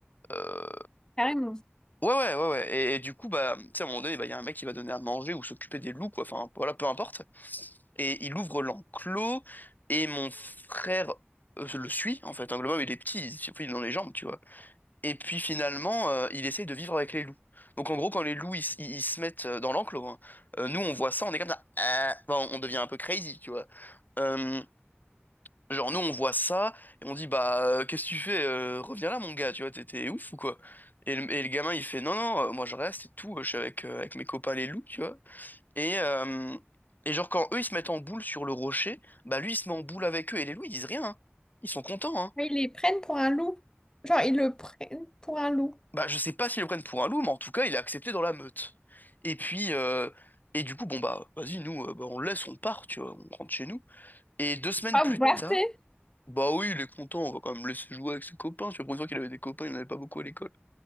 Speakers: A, on the left; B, on the left.
A: Euh,
B: carrément.
A: Ouais, ouais, ouais, ouais. Et, et du coup, bah, tu sais, à un moment donné, bah, il y a un mec qui va donner à manger ou s'occuper des loups, quoi. Enfin, voilà, peu importe. Et il ouvre l'enclos. Et mon frère euh, le suit, en fait. Hein, le moment il est petit, il il est dans les jambes, tu vois. Et puis finalement, euh, il essaye de vivre avec les loups. Donc en gros, quand les loups ils, s- ils- ils se mettent euh, dans l'enclos, hein, euh, nous on voit ça, on est comme ça, Ah Enfin, on devient un peu crazy, tu vois. Euh, genre nous on voit ça et on dit bah euh, qu'est-ce que tu fais, Euh, reviens là mon gars, tu vois, t'es t'es ouf ou quoi? Et le, et le gamin il fait non non, euh, moi je reste et tout, euh, je suis avec euh, avec mes copains les loups, tu vois. Et euh, et genre quand eux ils se mettent en boule sur le rocher, bah lui il se met en boule avec eux et les loups ils disent rien, hein. Ils sont contents, hein.
B: Mais Ils les prennent pour un loup. Genre, ils le prennent pour un loup.
A: Bah, je sais pas s'ils le prennent pour un loup, mais en tout cas, il est accepté dans la meute. Et puis, euh, et du coup, bon, bah, vas-y, nous, euh, bah, on le laisse, on part, tu vois, on rentre chez nous. Et deux semaines
B: Ah,
A: plus
B: vous partez?
A: tard, bah oui, il est content, on va quand même le laisser jouer avec ses copains, tu vois, pour une fois qu'il avait des copains, il n'en avait pas beaucoup à l'école.